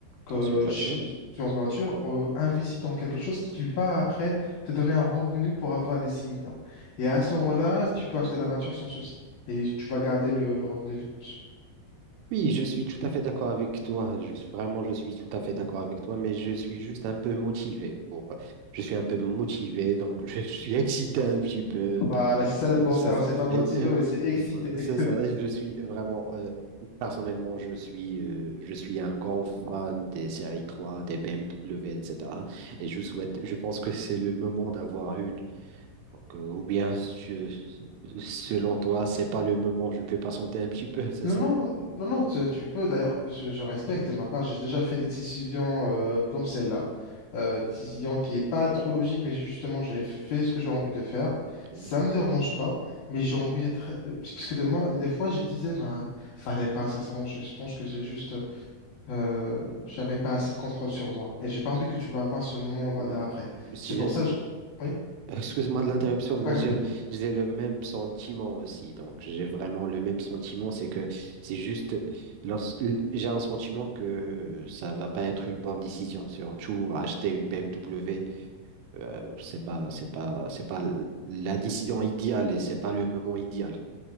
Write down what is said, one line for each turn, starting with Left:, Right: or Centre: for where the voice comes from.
Left: que,
Right: Dans une voiture?
Left: ch- sur une voiture, euh, investis dans quelque chose qui va après te donner un revenu pour avoir les 6 millions. Et à ce moment-là, tu peux acheter la voiture sans souci. Et tu vas garder le, le revenu de plus.
Right: Oui, je suis tout à fait d'accord avec toi. Je suis, vraiment, je suis tout à fait d'accord avec toi, mais je suis juste un peu motivé pour, je suis un peu motivé, donc <laughs> je suis excité un petit peu, donc
Left: Voilà, c'est ça le bon
Right: c'est
Left: terme.
Right: ça.
Left: C'est pas motivé,
Right: Et- et
Left: mais c'est excité.
Right: euh, voilà,
Left: <laughs>
Right: c'est ça. Je suis vraiment, euh, personnellement, je suis, euh, je suis un grand fan des séries 3, des BMW, etc. Et cetera. Et je souhaite, je pense que c'est le moment d'avoir une. Donc, euh, ou bien, je- selon toi, c'est pas le moment, je peux patienter un petit peu, <laughs> c'est
Left: Non,
Right: ça?
Left: non, non, non, tu tu peux. D'ailleurs, je, je respecte de ma part. J'ai déjà fait des décisions euh, comme celle-là. Euh, décision qui n'est pas trop logique, mais justement, j'ai fait ce que j'ai envie de faire.
Right: Oui,
Left: Ça me dérange pas, mais
Right: Oui,
Left: j'ai envie d'être. euh, Puisque des, moi, des fois, je disais, bah, fallait pas, sincèrement, je, je pense que j'ai juste. Euh, j'avais pas assez de contrôle sur moi. Et j'ai pas envie que tu vas avoir ce moment
Right: Mm,
Left: là après.
Right: si
Left: C'est
Right: j'ai-
Left: pour ça, je- oui,
Right: <laughs> Excuse-moi de l'interruption,
Left: c'est
Right: mais
Left: pas grave.
Right: j'ai j'ai le même sentiment aussi. Donc, j'ai vraiment le même sentiment. C'est que c'est juste, lors- j'ai un sentiment que ça va pas être une bonne décision. Surtout, acheter une BMW, euh, c'est pas, c'est pas, c'est pas la décision idéale et c'est pas le moment idéal.